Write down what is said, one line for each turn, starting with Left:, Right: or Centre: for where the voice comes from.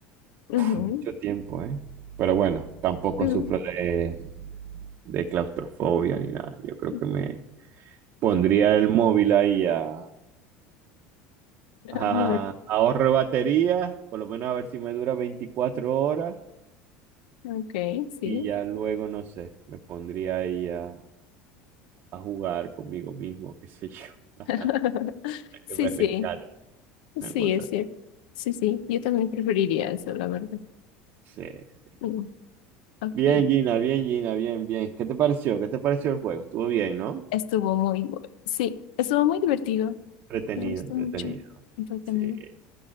Left: ujú,
Right: Es Mucho tiempo, ¿eh? Pero bueno, tampoco
Left: ujú.
Right: sufro de, de claustrofobia ni nada. Yo creo
Left: <laughs>
Right: que me pondría el móvil ahí a,
Left: Ah,
Right: a-
Left: Bueno,
Right: ahorro batería, por lo menos a ver si me dura 24 horas
Left: ok, sí.
Right: y ya luego, no sé, me pondría ahí a, a jugar conmigo mismo, qué sé yo, <laughs>
Left: <laughs>
Right: hasta
Left: Sí,
Right: que me
Left: sí,
Right: rescate, una
Left: sí,
Right: cosa
Left: es cierto. Sí, sí, yo también preferiría eso, la verdad.
Right: Sí, sí.
Left: Mm, ok,
Right: Bien, Gina, bien, Gina, bien, bien. ¿Qué te pareció? ¿Qué te pareció el juego? Estuvo bien, ¿no?
Left: estuvo muy bueno. Sí, estuvo muy divertido.
Right: Entretenido,
Left: Me gustó
Right: entretenido.
Left: mucho. Entretenido.
Right: Sí, sí.